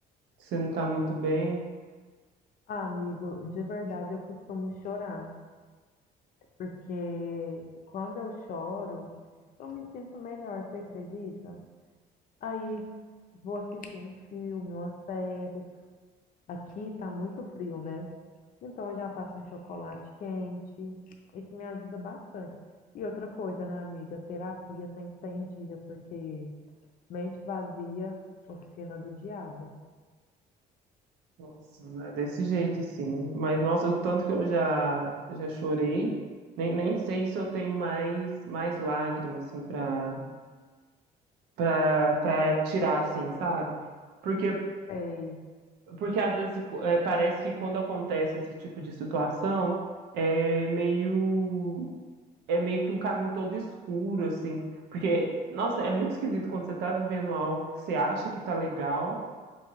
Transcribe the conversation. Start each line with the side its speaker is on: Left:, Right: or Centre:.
Right: que você não tá muito bem?
Left: Ah, amigo, de verdade eu costumo chorar, porque quando eu choro, eu me sinto melhor, você acredita? Aí vou assistir um filme, uma série, Aqui tá muito frio, né? Então eu já faço um chocolate quente. Isso me ajuda bastante. E outra coisa, né, amiga? Terapia tem que estar em dia, porque mente vazia, oficina do diabo.
Right: Nossa, não é desse jeito assim. Mas, nossa, o tanto que eu já, já chorei, nem, nem sei se eu tenho mais, mais lágrimas, assim, pra, pra, pra tirar, assim, sabe? Porque,
Left: Sei.
Right: porque às vezes é, parece que quando acontece esse tipo de situação, é meio. é meio que um caminho todo escuro, assim. Porque, nossa, é muito esquisito quando você tá vivendo algo que você acha que tá legal